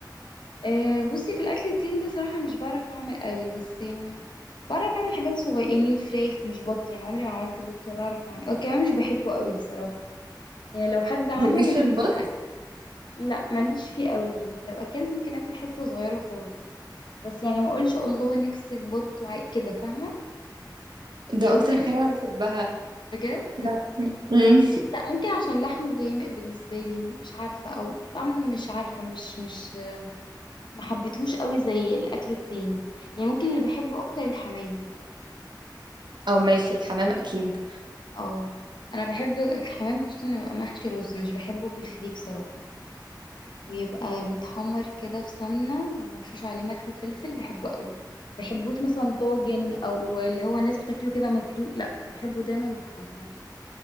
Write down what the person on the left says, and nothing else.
آه، بصي في الاكل التقيل ده صراحه مش بعرف اعمل قوي بس يعني بعرف اعمل حاجات صغيره يعني فراخ مش بط يعني عمري ما عملت بط ولا اعرف اعمل وكمان مش بحبه قوي صراحه يعني لو حد عمله
ممكن
اكل لا ماليش فيه قوي يعني لو اكلت ممكن اكل حته صغيره خالص بس يعني ما اقولش الله نفسي في بط وع- كده فاهمه
يعني ممكن
بجد
لا ممكن عشان لحمه غامق بالنسبه لي مش عارفه او طعمه مش عارفه مش مش ما حبيتهوش قوي زي الاكل التاني يعني ممكن اللي بحبه اكتر الحمام
اه انا بحب الحمام خصوصا لما يبقى محشي رز مش بحبه بالفريك صراحه ويبقى متحمر كده في سمنه ومرشوش عليه ملح وفلفل بحبه قوي بحبوش مثلا طاجن او اللي هو الناس بتاكله كده مسلوق لا بحبه دايما متحمر